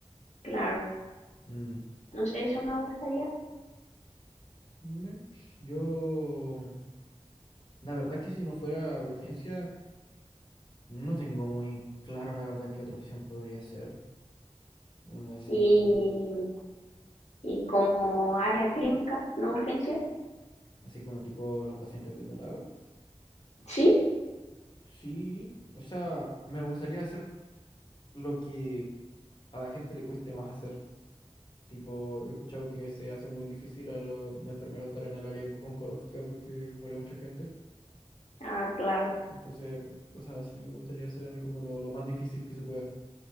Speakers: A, on the left; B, on the left.
A: claro,
B: Mm.
A: no sé, eso me gustaría.
B: Mech, Yo, la verdad es que si no fuera urgencia, no tengo muy claro la verdad qué otra opción podría ser. Mm, Así,
A: Y, y como área clínica, no urgencia,
B: así como tipo los pacientes hospitalados.
A: sí,
B: Sí, o sea, me gustaría hacer lo que a la gente le cueste más hacer. Tipo, yo he escuchado que se hace muy difícil a los enfermeros estar en el área onc- oncológica porque muere mucha gente.
A: ah, claro,
B: Entonces, cosas así me gustaría hacer a mí como lo, lo más difícil que se pueda.